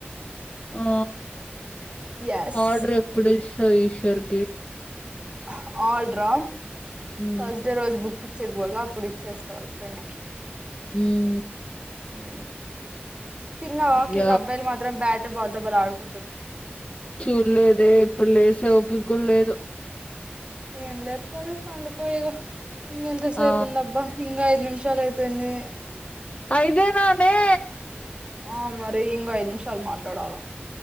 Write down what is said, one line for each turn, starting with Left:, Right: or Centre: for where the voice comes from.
Left: ఆ
Right: ఎస్
Left: ఆర్డర్ ఎప్పుడు వస్సది ష్ ధర్గే
Right: హ ఆడ్రా
Left: ఉమ్.
Right: ఫస్ట్ డే రోజు బు పిచ్చేక్పోళ్ళ అప్పుడు ఇచ్చేస్తా వాళ్ళ ఫ్రెండ్ కి
Left: ఈమ్
Right: ఆ తిన్నవా
Left: ఇగ
Right: కింద అబ్బాయిలు మాత్రం బ్యాడ్ బాల్ తో బాల్ ఆడుకుంటరు.
Left: చూలేదే ఇప్పుడు లేసే ఓపిక కూడా లేదు.
Right: ఏం లేత్తరు పండుపోయిక ఇంగ ఎంత సేపుంధబ్బా
Left: ఆ
Right: ఇంగ ఐదు నిమిషాలు అయి పెన్నే
Left: ఐదే ననే
Right: ఆ మరి ఇంకా ఐదు నిమిషాలు మాట్లాడాల